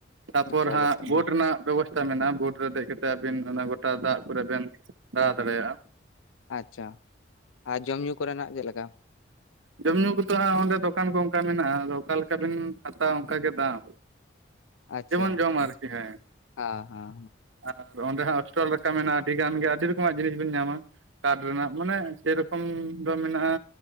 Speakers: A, on the right; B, on the left.
A: ᱛᱟᱯᱚᱨ
B: ᱮᱠᱟᱞ
A: ᱦᱟᱸᱜ
B: ᱮᱠᱟᱞ
A: ᱵᱳᱴ ᱨᱮᱱᱟᱜ ᱵᱮᱵᱚᱥ ᱥᱛᱟ ᱢᱮᱱᱟᱜ-ᱟ, ᱵᱳᱴ ᱨᱮ ᱫᱮᱡ ᱠᱟᱛᱮ ᱟᱵᱤᱱ ᱚᱱᱟ ᱜᱚᱴᱟ ᱫᱟᱜ ᱠᱚᱨᱮ ᱵᱮᱱ ᱫᱟᱬᱟ ᱫᱟᱲᱮᱭᱟᱜ-ᱟ᱾
B: ᱟᱪᱪᱷᱟ ᱟᱨ ᱡᱚᱢ ᱧᱩ ᱠᱚ ᱨᱮᱱᱟᱜ ᱪᱮᱫᱞᱮᱠᱟ?
A: ᱡᱚᱢ-ᱧᱩ ᱠᱚᱫᱚ ᱦᱟᱸᱜ ᱚᱸᱰᱮ ᱫᱚᱠᱟᱱ ᱠᱚ ᱚᱱᱠᱟ ᱢᱮᱱᱟᱜ-ᱟ ᱟᱫᱚ ᱚᱠᱟ ᱞᱮᱠᱟ ᱵᱤᱱ ᱦᱟᱛᱟᱣᱟ ᱚᱱᱠᱟ ᱜᱮ ᱫᱟᱢ᱾
B: ᱟᱪᱪᱷᱟ
A: ᱡᱮᱢᱚᱱ ᱡᱚᱢ ᱟᱨᱠᱤ
B: ᱟᱪᱪᱷᱟ
A: ᱦᱮᱸ᱾
B: ᱦᱟᱸ ᱦᱟᱸ ᱦᱟᱸ,
A: ᱟᱨ ᱚᱸᱰᱮ ᱦᱟᱸᱜ ᱦᱚᱥᱴᱚᱞ ᱞᱮᱠᱟ ᱢᱮᱱᱟᱜ-ᱟ, ᱟᱹᱰᱤ ᱜᱟᱱ ᱜᱮ ᱟᱹᱰᱤ ᱨᱚᱠᱚᱢ ᱡᱤᱱᱤᱥ ᱵᱤᱱ ᱧᱟᱢᱟ᱾ ᱠᱟᱴ ᱨᱮᱱᱟᱜ ᱢᱟᱱᱮ ᱥᱮᱨᱚᱠᱚᱢ ᱫᱚ ᱢᱮᱱᱟᱜ-ᱟ᱾